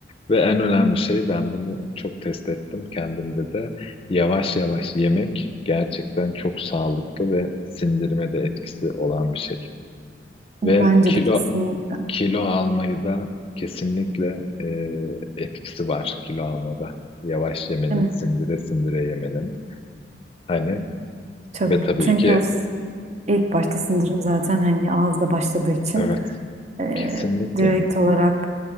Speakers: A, on the left; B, on the right.
A: Ve en önemli şey ben bunu çok test ettim kendimde de. Yavaş yavaş yemek gerçekten çok sağlıklı ve sindirime de etkisi olan bir şey. Ve
B: Bence
A: kilo
B: de kesinlikle.
A: kilo almayı da kesinlikle e, etkisi var kilo almada. Yavaş yemenin,
B: Değil mi?
A: sindire sindire yemenin. Hani
B: Tabii.
A: ve tabii
B: Çünkü
A: ki
B: s- ilk başta sindirim zaten hani ağızda başladığı için
A: evet,
B: e,
A: kesinlikle.
B: direkt olarak